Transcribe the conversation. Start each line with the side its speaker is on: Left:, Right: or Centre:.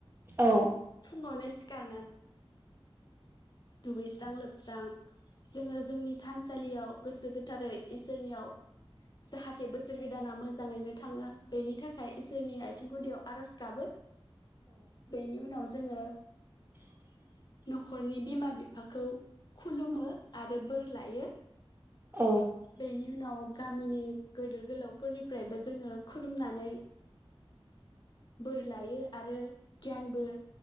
Right: औ
Left: फुङावनो सिखार दुगैस्रां लोबस्रां जोंङो जोंनि थानसालियाव गोसो गोथारै इसोरनियाव जाहाथे बो बोसोर गोदाना मोजाङैनो थांङो बेनि थाखाय इसोरनि आथिं गुदियाव आरज गाबो बेनिउनाव जोंङो
Right: <inaudible>
Left: न'खरनि बिमा बिफाखौ खुलुमो आरो बोर लायो।
Right: औ
Left: बैनि उनाव। गामिनि गोदोर। गोलावफोरनिफ्रायबो जोङो खुलुमनानै। बोर लायो आरो गियानबो